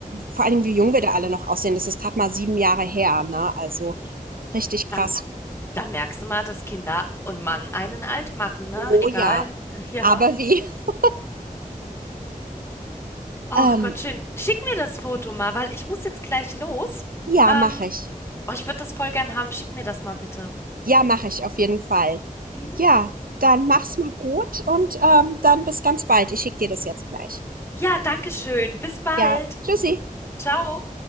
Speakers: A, on the right; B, on the left.
A: Vor allem, wie jung wir da alle noch aussehen. Das ist gerade mal sieben Jahre her, ne? Also richtig krass.
B: Dann, dann merkst du mal, dass Kinder und Mann einen alt machen, ne?
A: Oh
B: Egal.
A: ja.
B: <laughs> Ja.
A: Aber wie? <laughs>
B: Ach
A: Ähm,
B: Gott, schön. Schick mir das Foto mal, weil ich muss jetzt gleich los.
A: ja,
B: Ähm,
A: mache ich.
B: Oh, ich würde das voll gern haben. Schick mir das mal bitte.
A: Ja, mache ich auf jeden Fall.
B: Mhm.
A: Ja, dann mach's mal gut und ähm, dann bis ganz bald. Ich schicke dir das jetzt gleich.
B: Ja, danke schön. Bis bald.
A: Ja, tschüssi.
B: Ciao.